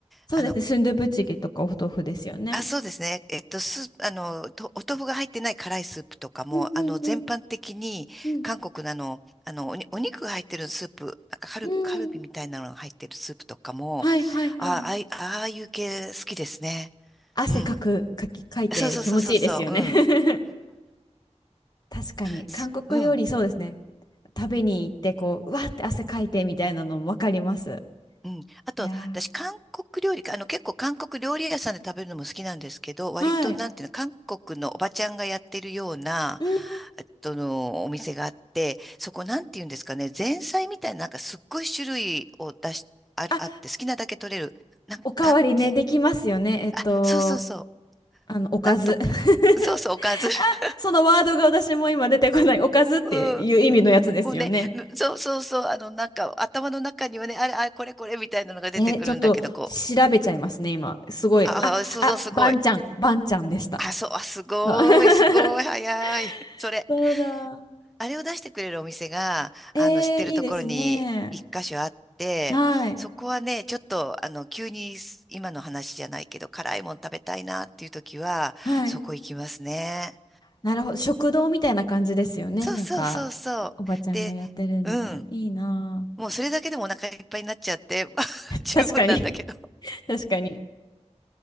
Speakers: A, on the left; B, in the centre.
A: そうですね。
B: あの、
A: スンドゥブチゲとかお豆腐ですよね。
B: あ、そうですね。えっと、スープ、あの、とお豆腐が入ってない辛いスープとかも、
A: うんうんうん
B: あの、全般的に、
A: うん。
B: 韓国のあの、あの、おに、お肉が入ってるスープ、なんかカル、
A: うん。
B: カルビみたいなのが入ってるスープとかも、
A: はいはいはい。
B: あ、ああい、ああいう系好きですね。
A: 汗かく、
B: うん。
A: かき、かいて気持ちいいですよね。
B: そうそうそうそうそう、うん。
A: <laughs> 確かに。
B: すうん。
A: 韓国料理そうですね。食べに行ってこう、うわーって汗かいてみたいなのもわかります。
B: うん。あと、
A: いやー。
B: 私、韓国料理か、あの、結構韓国料理屋さんで食べるのも好きなんですけど、
A: はい。
B: 割と、なんていうの、韓国のおばちゃんがやってるような、
A: うん。
B: えっとの、お店があって、そこ、なんていうんですかね、前菜みたいな、なんかすっごい種類を出し、あ、
A: あ、
B: あって、好きなだけ取れる。なん、
A: おかわりね、
B: なんていう、
A: できますよね。えっと、
B: あ、そうそうそう。
A: あの、おかず。
B: なんとか、
A: <laughs>
B: そうそう、おかず。<laughs>
A: そのワードが私も今出てこない。おかずっていう意味のやつですよね。
B: うん。もうね、むそうそうそう、あの、なんか、頭の中にはね、あれ、あれ、これ、これ、みたいなのが出てくるんだけど、
A: えーちょっと調べちゃいますね、
B: こう、
A: 今。すごい。
B: ああ、
A: あ、
B: そうそう、
A: あ、
B: すごい。
A: バンちゃん、バンちゃんでした。
B: あ、そう、あ、すごい、
A: あ <laughs>
B: すごい、早い。<laughs> それ、
A: そうだ。
B: あれを出してくれるお店が、
A: えー、
B: あの、知ってるところに一箇所あって、
A: いいですね。はい。
B: そこはね、ちょっと、あの、急に今の話じゃないけど、辛いもん食べたいなっていう時は、
A: はい。
B: そこ行きますね。
A: なるほど。食堂みたいな感じですよね。
B: そうそうそうそう。
A: なんか、おばちゃんがやってるみたいな。
B: で、うん。
A: いいなあ。
B: もうそれだけでもお腹いっぱいになっちゃって、<laughs> 十分なんだけど。
A: 確かに。<laughs> 確かに。